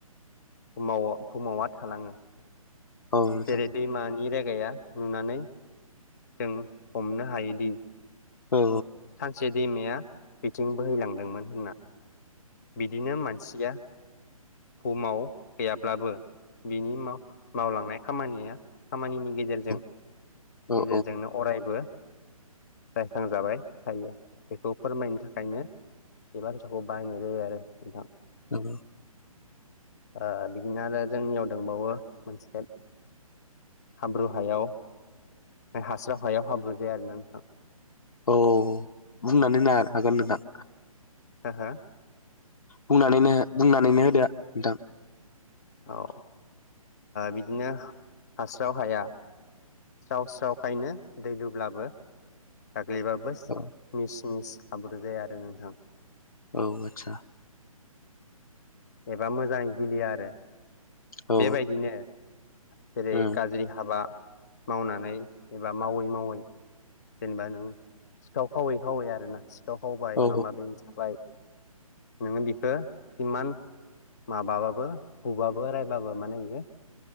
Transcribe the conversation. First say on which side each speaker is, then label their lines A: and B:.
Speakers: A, on the left; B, on the left.
A: फुमावा फुमावा थालाङो
B: औ नोंथां
A: जेरै दैमानि रेगाया नुनानै जों हमनो हायोदि
B: औ
A: सानसे दैमाया बिथिं बोहैलांदोंमोन होनना बिदिनो मानसिया बुहुमाव गैयाब्लाबो बिनि माव-मावलांनाय खामानिया खामानिनि गेजेरजों
B: औ
A: गेजेरजोंनो
B: औ
A: अरायबो रायखांजाबाय थायो बेखौ फोरमायनो थाखायनो बे बाथ्राखौ बाहायनाय जायो आरो नोंथां
B: <unintelligible>
A: ओ बिदिनो आरो जोंनियाव दंबावो मोनसे हाब्रु हायाव हास्राव हायाव हाब्रु जाया आरो ना नोंथां
B: औ बुंनानै नाय हागोन नोंथां
A: हो हो
B: बुंनानैनो बुंनानैनो होदो नोंथां
A: औ बिदिनो हास्राव हाया स्राव स्रावखायनो दै लुब्लाबो गाग्लिबाबो
B: औ
A: मिस मिस हाब्रु जाया आरो नोंथां
B: औ आदसा
A: एबा मोजां गिलिया आरो
B: औ
A: बेबायदिनो जेरै
B: औ
A: गाज्रि हाबा मावनानै एबा मावै मावै जेनेबा नों सिखाव खावै खावै आरोना सि खाव खावबाय
B: औ
A: माबाबि थाबाय नोङो बिखौ इमान माबाबाबो बुबाबो रायबाबो माने बेयो